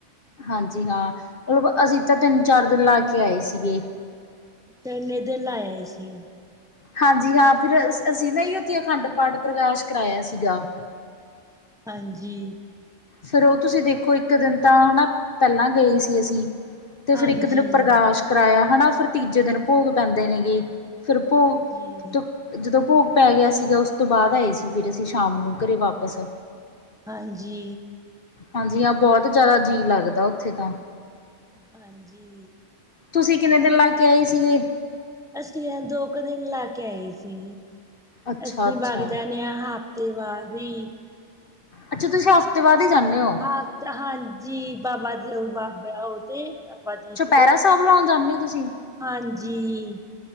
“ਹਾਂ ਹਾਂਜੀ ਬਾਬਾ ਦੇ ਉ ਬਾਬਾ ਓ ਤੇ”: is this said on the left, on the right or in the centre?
Centre